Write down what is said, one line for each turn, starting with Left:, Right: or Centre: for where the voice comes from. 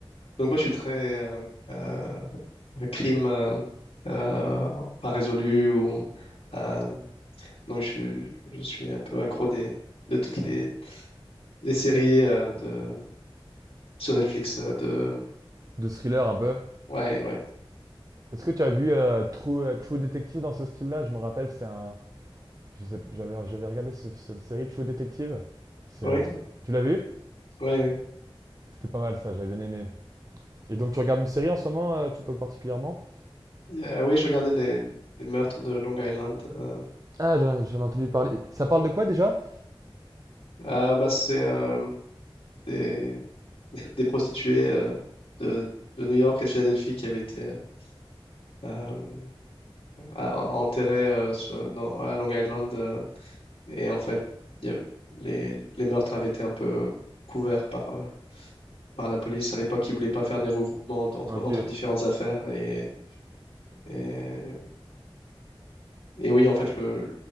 Left: donc moi, je suis très euh, euh, crime euh, euh, pas résolu ou euh, donc je, je suis un peu accro des, de toutes les, les séries euh, de sur Netflix euh, de
Right: De thriller un peu.
Left: ouais ouais
Right: Est-ce que tu as vu euh, True, euh, True Detective dans ce style-là? Je me rappelle, c'est un, je sais- j'avais, j'avais regardé ce- cette série True Detective. C'est
Left: ouais
Right: un- tu l'as vu?
Left: ouais, ouais.
Right: C'était pas mal ça, j'avais bien aimé. Et donc tu regardes une série en ce moment, euh, tout particulièrement?
Left: Euh, oui, je regardais les, les meurtres de Long Island. euh.
Right: Ah, j'en j'en ai entendu parler. Ça parle de quoi déjà?
Left: Ah, bah c'est euh, des, <laughs> des prostituées euh, de, de New York et de Philadelphie qui avaient été euh, euh, à- enterrées euh, sur- dans- à Long Island. euh, et en fait, il y a- les, les meurtres avaient été un peu couverts par, euh, par la police. À l'époque, ils voulaient pas faire des regroupements entre, entre
Right: Ok,
Left: entre différentes affaires. Et, et, et oui, en fait, le,